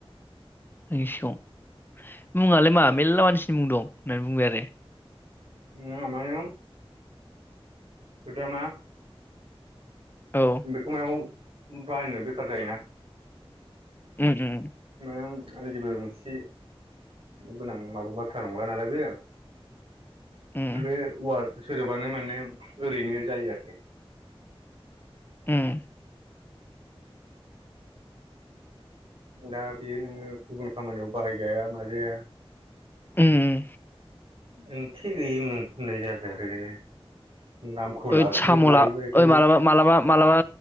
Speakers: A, on the left; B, on the right.
A: आंनि सिगाङाव मुङालाय मा? मेल्ला मानसिनि मुं दं होननानै बुंबाय आरो
B: <unintelligible> मायाव खोथाया मा
A: औ
B: बेखौ मायाव बाहायनो बेखार जायोना
A: उम उम
B: मायाव आजिबो मोनसे गोनां माबा बाथ्रा नंला नालाय बेयो
A: उम
B: बे अवार्ड सोदोबानो माने ओरैनो जायो आरोखि
A: उम
B: दा बियो नोङो गुबुन खामानियाव बाहायजाया माजाया
A: उम उम
B: ओंथि गैयिमोन होननाय जाबाय आरो बेनो नामखौ
A: ओइ
B: लाखि
A: सामला
B: लायोबा बेखायनो
A: ओइ मालाबा मालाबा मालाबा